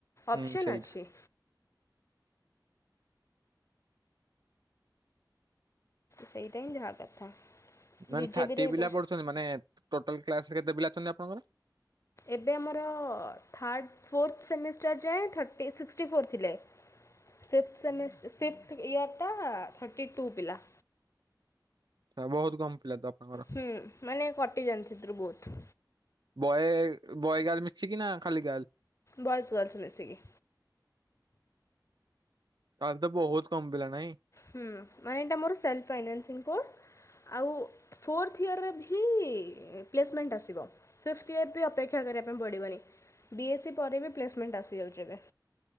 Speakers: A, on the right; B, on the left.
A: ହୁଁ
B: ଅପସନ୍
A: ସେଇଟା
B: ଅଛି। ସେଇଟା ହିଁ ଯାହା କଥା।
A: ମାନେ
B: ବିଜେପିରେ
A: ଥାର୍ଟି ପିଲା
B: ଏବେ
A: ପଢୁଛନ୍ତି ମାନେ ଟୋଟାଲ କ୍ଲାସ ରେ କେତେ ପିଲା ଅଛନ୍ତି ଆପଣଙ୍କର।
B: ଏବେ ଆମର ଥାର୍ଡ଼ ଫୋର୍ଥ ସେମିଷ୍ଟର୍ ଯାଏଁ ଥର୍ଟି ସିକ୍ସିଟି ଫୋର୍ ଥିଲେ। ଫିଫ୍ଥ ସେମଷ୍ଟ ଫିଫ୍ଥ ଇୟରଟା ଥର୍ଟି ଟୁ ପିଲା।
A: ଆ ବହୁତ୍ କମ ପିଲା ତ ଆପଣଙ୍କର।
B: ହୁଁ ମାନେ କଟିଯାଆନ୍ତି ସେଥିରୁ ବହୁତ୍।
A: ବଏ ବଏ ଗାଲ ମିଶକି କି ନା ଖାଲି ଗାଲ
B: ବୟେଚ୍ ଅଛି ମିସିକି
A: ତାଲେ ତ ବହୁତ କାମ ପିଲା ନାଇଁ।
B: ହୁଁ ମାନେ ଏଇଟା ମୋର ସେଲ୍ଫ୍ ଫାଇନାନ୍ସିଂ କୋର୍ସ୍ ଆଉ ଫୋର୍ଥ ଇୟରରେ ଭି ପ୍ଲେସମେଣ୍ଟ ଆସିବ। ଫିଫ୍ଥ ଇୟର ବି ଅପେକ୍ଷା କରିବା ପାଇଁ ପଡ଼ିବନି ବି ଏସ୍ସି ପରେ ବି ପ୍ଲେସମେଣ୍ଟ ଆସିଯାଉଛି ଏବେ।